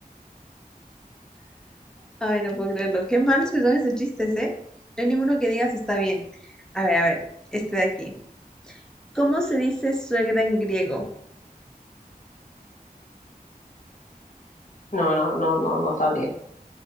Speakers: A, in the centre; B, on the left.
A: Ay, no puedo creerlo. Qué malos que son esos chistes, ¿eh? No hay ninguno que digas está bien. A ver, a ver, este de aquí. ¿Cómo se dice suegra en griego?
B: No, no, no, no, no sabría.